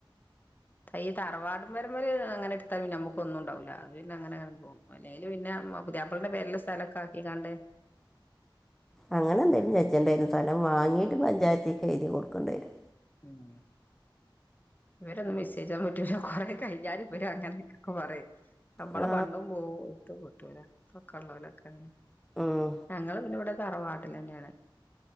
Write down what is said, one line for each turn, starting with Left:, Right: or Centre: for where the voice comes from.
Left: ഈ തറവാടമ്പ വരമ്പര് അങ്ങനെ എടുത്താ നമുക്കൊന്നും ഉണ്ടാവില്ല അത്ന്നെ അങ്ങനെന അല്ലെല് പിന്നെ പുതിയാപ്പളന്റെ പേരില് സ്ഥലൊക്കെ ആക്കി കണ്ടേ
Centre: അങ്ങനെ എന്തേലും ചേഞ്ചണ്ടിയേറും സ്ഥലം വാങ്ങീട്ട് പഞ്ചായത്തേക്ക് എഴുതി കൊടുക്കൻഡിയെരും കൊടുക്കേണ്ട വരും
Left: ഉം ഇവരൊന്ന് വിസ്വയിച്ചൻ പറ്റൂല കൊറെ കഴിഞ്ഞൽ ഇവര അങ്ങനെയൊക്കൊക്കെ പറയും നമ്മള
Centre: ആ
Left: പണ്ടും പോ ഇട്ട് പൊട്ടൂല പൊക്കെ ഉള്ളവലൊക്കെ
Centre: ഉം.
Left: ഞങ്ങള് പിന്നെ ഇവിടെ തറവാട്ടിൽ തന്നെയാണ്